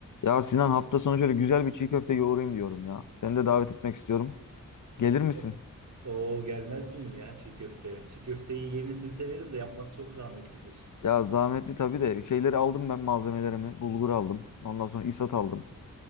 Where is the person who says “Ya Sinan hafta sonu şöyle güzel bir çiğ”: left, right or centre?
Left